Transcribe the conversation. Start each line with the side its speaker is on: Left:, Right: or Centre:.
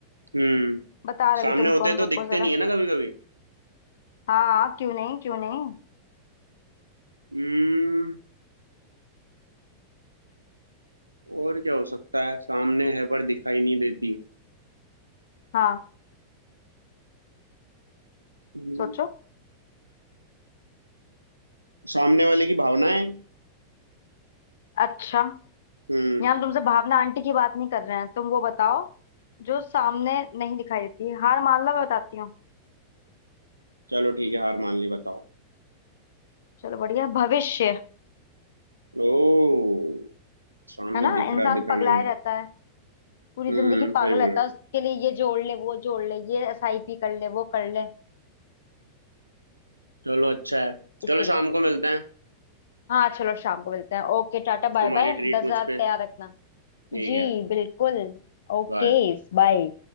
Right: हम्म
Left: बता रहे
Right: सामने
Left: अभी तुमको
Right: होते हैं
Left: हम
Right: तो
Left: रुको
Right: दिखते
Left: जरा
Right: नहीं है ना कभी कभी
Left: हाँ हाँ, क्यों नहीं क्यों नहीं
Right: हम्म और क्या हो सकता है सामने है पर दिखाई नहीं देती
Left: हाँ
Right: हम्म,
Left: सोचो
Right: सामने वाले की भावनाएं
Left: अच्छा
Right: हम्म
Left: यहाँ हम तुमसे भावना आंटी की बात नहीं कर रहे हैं तुम वो बताओ जो सामने नहीं दिखाई देती हार मान लो मैं बताती हूँ
Right: चलो ठीक है हार मान ली बताओ
Left: चलो बढ़िया भविष्य
Right: ओ सामने
Left: है ना
Right: दिख रहा
Left: इंसान
Right: दिखाई
Left: पगलाए
Right: नहीं रहा
Left: रहता है पूरी
Right: हम्म
Left: जिंदगी
Right: सही
Left: पागल
Right: बोल
Left: रहता
Right: रहे हो
Left: है उसके लिए ये जोड़ ले वो जोड़ ले ये एसआईपी कर ले वो कर ले
Right: चलो अच्छा है
Left: इसीलिए
Right: चलो शाम को मिलते हैं
Left: हाँ चलो शाम को मिलते हैं ओके टाटा बाय
Right: तुम्हारी
Left: बाय
Right: ट्रीट
Left: दस
Right: मुझ
Left: हजार
Right: पे
Left: तैयार रखना
Right: ठीक
Left: जी
Right: है
Left: बिल्कुल ओके
Right: बाय
Left: बाय